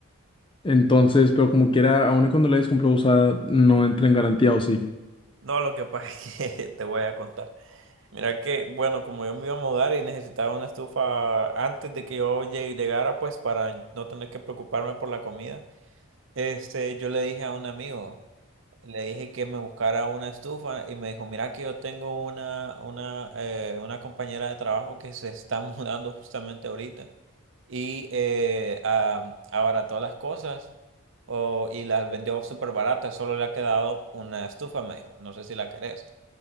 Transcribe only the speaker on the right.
No, lo que <laughs> pasa es que <laughs> te voy a contar. Mira que, bueno, como yo me iba a mudar y necesitaba una estufa antes de que yo llegue- llegara, pues para no tener que preocuparme por la comida, este, yo le dije a un amigo. Le dije que me buscara una estufa y me dijo, mira que yo tengo una, una, eh, una compañera de trabajo que se está <laughs> mudando justamente ahorita y eh, ah, abarató las cosas o- y las vendió súper baratas, solo le ha quedado una estufa, me dijo, no sé si la querés.